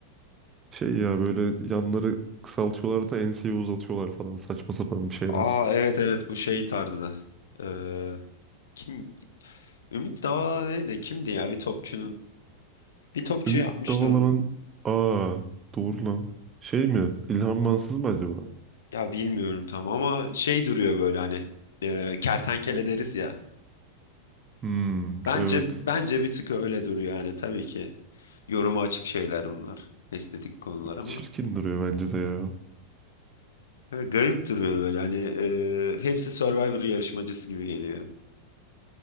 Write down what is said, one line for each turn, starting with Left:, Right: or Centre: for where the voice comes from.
Right: Şey ya böyle yanları kısaltıyorlar da enseyi uzatıyorlar falan saçma sapan bir şeyler.
Left: Aa evet evet bu şey tarzı. Ee, kim? Ümit Davala neydi? Kimdi ya bir topçunun? Bir topçu
Right: Ümit
Left: yapmıştı
Right: Davala'nın
Left: onu.
Right: aa doğru lan. Şey mi? İlhan Mansız mı acaba?
Left: Ya bilmiyorum tam ama şey duruyor böyle hani. e, kertenkele deriz ya.
Right: Hmm,
Left: Bence
Right: evet.
Left: bence bir tık öyle duruyor yani tabii ki. Yoruma açık şeyler bunlar. Estetik konular ama.
Right: Çirkin duruyor bence de ya.
Left: Böyle garip duruyor böyle hani e, hepsi Survivor yarışmacısı gibi geliyor.